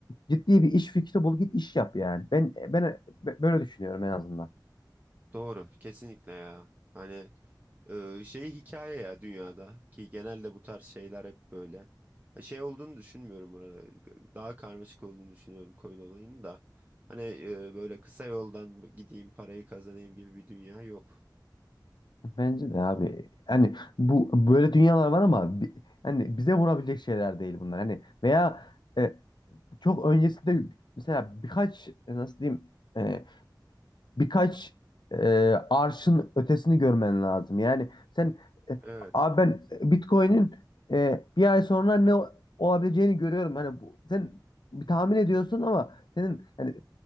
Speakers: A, on the left (about 70°); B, on the right (about 20°).
A: ciddi bir iş fikri bul git iş yap yani. Ben ben b- böyle düşünüyorum en azından.
B: doğru kesinlikle ya. Hani e, şey hikaye ya dünyada ki genelde bu tarz şeyler hep böyle. Ha, Şey olduğunu düşünmüyorum bu arada. Daha karmaşık olduğunu düşünüyorum koyun olayını da. Hani e, böyle kısa yoldan gideyim parayı kazanayım gibi bir dünya yok.
A: Bence de abi. Hani bu böyle dünyalar var ama bi- hani bize vurabilecek şeyler değil bunlar. Hani veya e, çok öncesinde mesela birkaç e, nasıl diyeyim e, birkaç e, arşın ötesini görmen lazım. Yani sen e,
B: Evet.
A: abi ben e, Bitcoin'in e, bir ay sonra ne o- olabileceğini görüyorum. Hani bu, sen bir tahmin ediyorsun ama senin yani